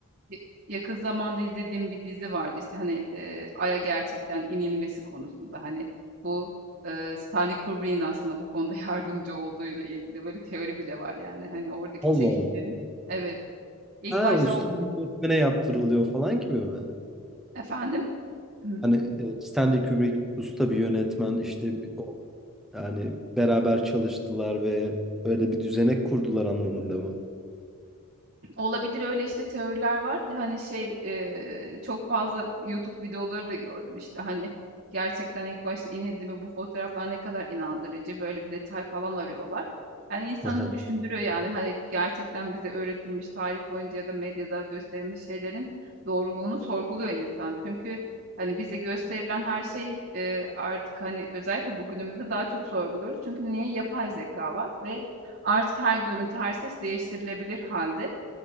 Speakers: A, on the right; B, in the centre.
A: Ya yakın zamanda izlediğim bir dizi vardı, işte, hani, eee, Ay'a gerçekten inilmesi konusunda, hani, bu, eee, Stanley Kubrick'in aslında bu konuda <laughs> yardımcı olduğuyla ilgili böyle teori bile var yani, hani, oradaki
B: Allah
A: çekimlerin
B: Allah.
A: Evet, ilk
B: Ha,
A: başta
B: usta
A: o
B: bir yönetmene yaptırılıyor falan gibi mi?
A: Efendim? <clears throat>
B: Hani e, Stanley Kubrick usta bir yönetmen işte bir- o- yani beraber çalıştılar ve öyle bir düzenek kurdular anlamında mı?
A: Olabilir, öyle, işte, teoriler var. Hani, şey, eee, çok fazla YouTube videoları da gördüm, işte, hani, gerçekten ilk başta inildi mi bu fotoğraflar ne kadar inandırıcı, böyle bir detay falan arıyorlar. Yani, insanı
B: Aha.
A: düşündürüyor, yani, hani, gerçekten bize öğretilmiş tarih boyunca ya da medyada gösterilmiş şeylerin doğruluğunu sorguluyor insan. Çünkü, hani, bize gösterilen her şey, eee, artık, hani, özellikle bugünümüzde daha çok sorguluyoruz. Çünkü niye? Yapay zeka var ve artık her görüntü, her ses değiştirilebilir halde